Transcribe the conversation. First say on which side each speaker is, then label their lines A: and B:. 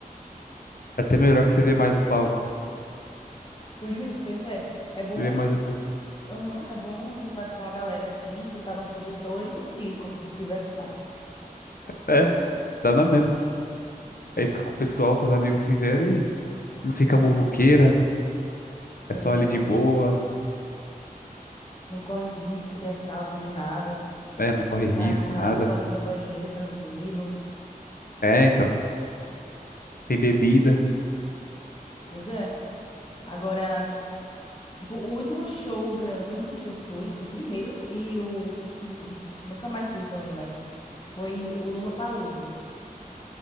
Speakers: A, on the left (about 75°); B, on the left (about 35°).
A: É Até
B: Pois
A: melhor
B: é.
A: que
B: <laughs>
A: você vê mais o palco,
B: Pois, pois é, é bom,
A: você vê mais a performance.
B: aham, é bom juntar tipo uma galera assim, botar num projetor e curtir, como se estivesse lá.
A: É, dá na mesma. Aí fica com o pessoal, com os amigos se vendo e não fica muvuqueira,
B: Exatamente.
A: é só ali de boa,
B: Não corre risco de assalto, de nada.
A: né? Não corre risco,
B: Tá em casa,
A: nada.
B: pode ir no banheiro tranquilo.
A: É, então, tem bebida.
B: Pois é. Agora, tipo, o último show grande que eu fui, o primeiro e o que <laughs> nunca mais fui também, mas foi o Lula Lollapalooza.